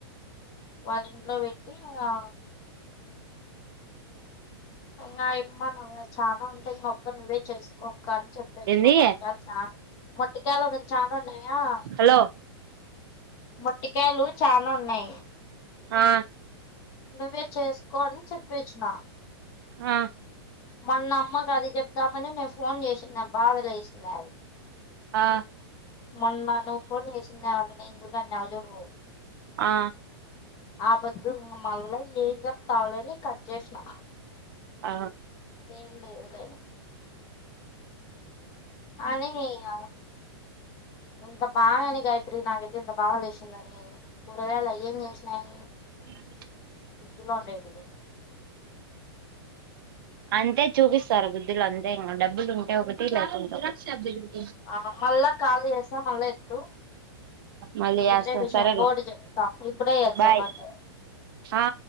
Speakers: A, on the left; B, on the right.
A: వాళ్ళింట్ల వెట్టి ఇంగా ఇంగా ఇమ్మానమ్ గ చాలా ఉంటాయ్ ఇంక అక్క నువ్వే చేసుకోక్క అని చెప్పేచ్చు
B: ఏంది
A: నా మొట్కాలు మొట్టికాయలు లే చాల్రోజ్లాయా
B: హలో
A: మొట్టికాయలు చాన ఉన్నయ్
B: ఆ
A: నువ్వే చేస్కొ అని చెప్పివచ్నా
B: ఆ
A: మన్న అమ్మకి అది చెప్దామనే నేను ఫోన్ జెషిన్న బాధలే చేసిన్న అవి
B: ఆ
A: మొన్న నువ్వు ఫోన్ చేసిన్నావాంట నేనెందుకన్నవ్ చూడూ
B: ఆ
A: ఆ పొద్దు మళ్ళ ఏం చెప్తాలేని కట్ చేన్నా
B: ఆ
A: లేదు లేదు అన్ని ఇంక ఎంత పాగైని గాయత్రి నాకైతే ఇంత బాలేసిందని కూరగాయలు అయ్యేం చేన్నయి
B: యబుల్
A: ఫ్రిడ్జ్ లో ఉండేటివి
B: అంతే చూపిస్తారూ బుద్దిలంతే ఇంగ డబ్బులు ఉంటే ఒకటి లేకుం జిరాక్స్ షాప్ జెయ్యు
A: ఆ మళ్ళ కాల్ చేస్తా మళ్ళా ఎత్తు
B: మళ్ళీ
A: వేరే
B: చేస్తా
A: విషం
B: సరేలే
A: ఉంగోటి చెప్తా ఇప్పుడే ఎక్సమ్
B: బాయ్
A: అంట
B: ఆ